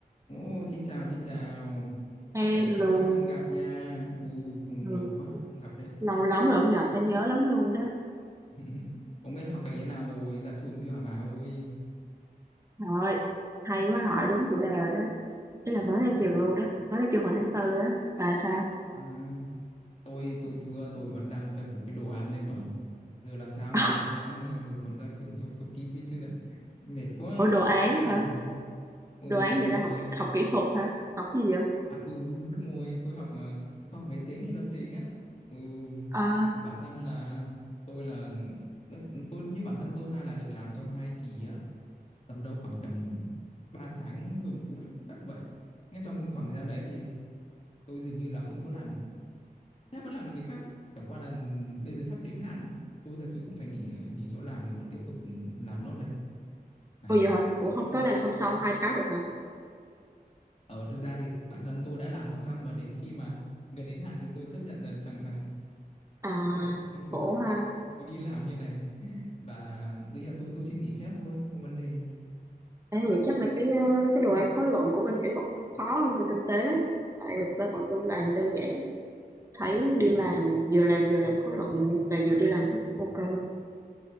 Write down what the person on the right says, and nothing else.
Hello,
ừ.
lâu lắm rồi không gặp, đã nhớ lắm luôn đó.
Trời ơi, hay quá hỏi đúng chủ đề rồi đó. Ý là mới ra
trường luôn đó, mới ra trường hồi tháng tư đó. Bà sao?
<laughs>
Ủa đồ
án
hả?
Đồ án
vậy
là học học kỹ thuật hả? Học cái gì vậy?
À,
ủa vậy hả? Ủa
không có làm song song
hai cái được hả?
À,
khổ
ha.
Thế
vậy
chắc
là
cái ờ, cái đồ án khóa luận của bên kỹ thuật nó khó hơn bên kinh tế. Tại bên bọn tôi làm đơn giản, thấy đi làm vừa làm vừa làm khóa luận và vừa đi làm thấy cũng ok.